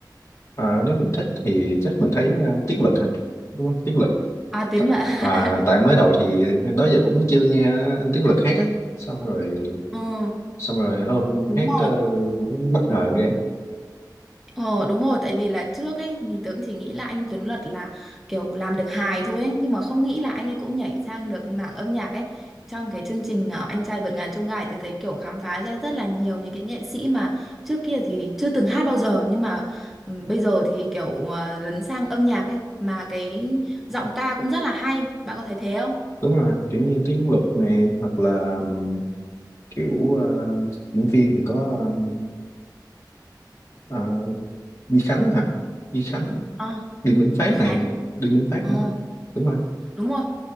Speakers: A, on the left (about 40°); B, in the centre.
A: Ờ, nếu mình thích thì chắc mình thấy ờ, Tiến Lực ha. Đúng không? Tiến Lực.
B: À Tiến
A: Tạ-
B: Lợi.
A: À,
B: <laughs>
A: tại mới đầu thì đó giờ cũng chưa nghe anh Tiến Lực hát á xong rồi
B: Ờ,
A: xong rồi hôm
B: đúng
A: hát ờ,
B: rồi.
A: cũng bất ngờ ghê
B: Ờ đúng rồi tại vì là trước ấy thì tớ cũng chỉ nghĩ là anh Tuấn Luật là kiểu làm được hài thôi ấy nhưng mà không nghĩ là anh ấy cũng nhảy sang được mảng âm nhạc ấy trong cái chương trình ờ, Anh trai vượt ngàn chông gai tớ thấy kiểu khám phá ra rất là nhiều những cái nghệ sĩ mà trước kia thì chưa từng hát bao giờ nhưng mà ừ, bây giờ thì kiểu ờ, lấn sang âm nhạc ấy mà cái giọng ca cũng rất là hay bạn có thấy thế không?
A: đúng rồi kiểu như tiếng luật này hoặc là ừm, kiểu uh, diễn viên thì có ừm, ờ, Duy Khánh hả Duy Khánh
B: Ờ
A: Điền Minh Phát
B: Duy Khánh
A: nè Điền Minh Phát
B: Ờ
A: nữa đúng rồi
B: Đúng rồi.